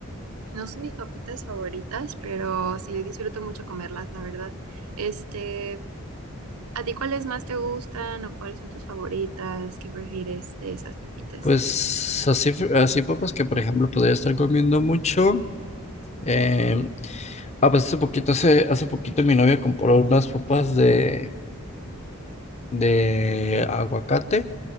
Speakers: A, on the right; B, on the left.
A: no son mis papitas favoritas, pero sí disfruto mucho comerlas, la verdad. Este. ¿A ti cuáles más te gustan o cuáles son tus favoritas? ¿Qué prefieres de esas papitas?
B: Pues así, fr- así papas que por ejemplo podría estar comiendo mucho. eh, ah, pues hace poquito, hace, hace poquito mi novia compró unas papas de, de aguacate,